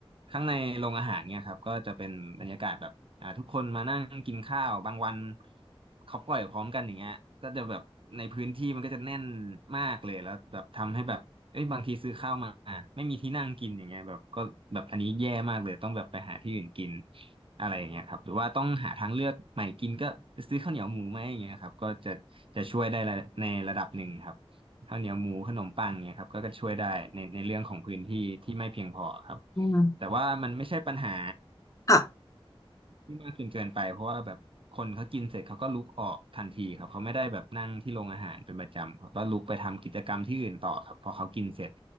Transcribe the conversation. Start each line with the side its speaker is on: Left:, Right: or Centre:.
Right: ข้างในโรงอาหารเนี่ยครับก็จะเป็นบรรยากาศแบบอ่าทุกคนมานั่งกินข้าวบางวันเขาปล่อยพร้อมกันอย่างเงี้ยก็จะแบบในพื้นที่มันก็จะแน่นมากเลยแล้วแบบทำให้แบบเอ้ยบางทีซื้อข้าวมาไม่มีที่นั่งกินอย่างเงี้ยแบบก็แบบอันนี้แย่มากเลยต้องแบบไปหาที่อื่นกินอะไรอย่างเงี้ยครับหรือว่าต้องหาทางเลือกใหม่กินก็ซื้อข้าวเหนียวหมูไหมอย่างเงี้ยครับก็จะจะช่วยได้ในระดับหนึ่งครับ ข้าวเหนียวหมูขนมปังเนี่ยครับก็ก็ช่วยได้ในในเรื่องของพื้นที่ที่ไม่เพียงพอครับ
Left: อืม
Right: แต่ว่ามันไม่ใช่ปัญหา
Left: ค่ะ
Right: ที่มากจนเกินไปเพราะว่าแบบคนเขากินเสร็จเขาก็ลุกออกทันทีครับเขาไม่ได้แบบนั่งที่โรงอาหารเป็นประจำเขาก็ลุกไปทำกิจกรรมที่อื่นต่อครับพอเขากินเสร็จ